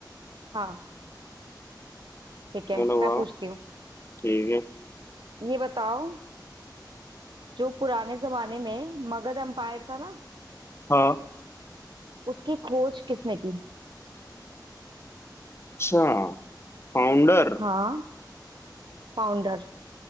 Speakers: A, on the right (about 90°); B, on the left (about 35°).
A: हाँ ठीक
B: चलो
A: है मैं
B: वाह
A: पूछती हूँ
B: ठीक है
A: ये बताओ जो पुराने जमाने में मगध एम्पायर था ना
B: हाँ
A: उसकी खोज किसने की
B: अच्छा Founder
A: हाँ फाउंडर